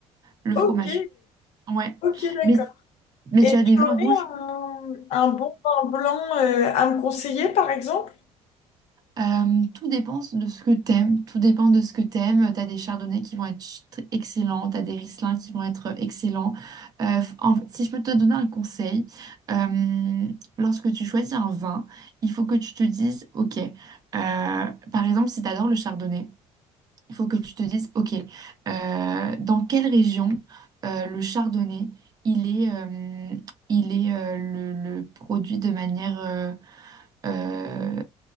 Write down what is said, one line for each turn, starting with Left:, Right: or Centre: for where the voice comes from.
Right: Le
Left: Ok,
Right: fromage. Ouais.
Left: ok, d'accord.
Right: Mais, mais
Left: Et
Right: tu as des
Left: tu
Right: vins
Left: aurais
Right: rouges.
Left: un, un bon vin blanc euh, à me conseiller, par exemple?
Right: Euh, tout dépend de ce que t'aimes, tout dépend de ce que t'aimes. T'as des chardonnays qui vont être ch- tr- excellents, t'as des Riesling qui vont être euh, excellents. Euh, f- en fait, si je peux te donner un conseil, euh, lorsque tu choisis un vin, il faut que tu te dises, ok, euh, par exemple, si t'adores le chardonnay, il faut que tu te dises, ok, euh, dans quelle région euh, le chardonnay, il est, euh, il est euh, le, le produit de manière euh, euh,